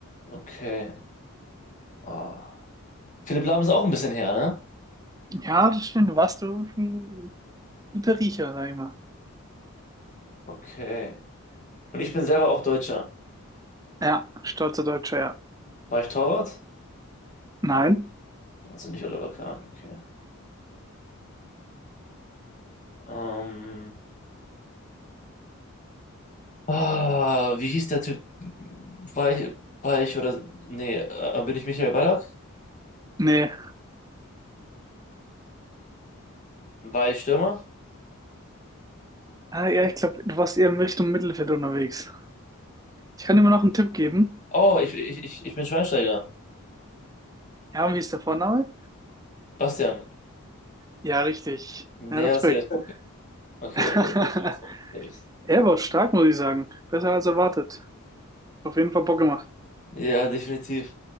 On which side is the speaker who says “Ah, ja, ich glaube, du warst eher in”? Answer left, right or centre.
Right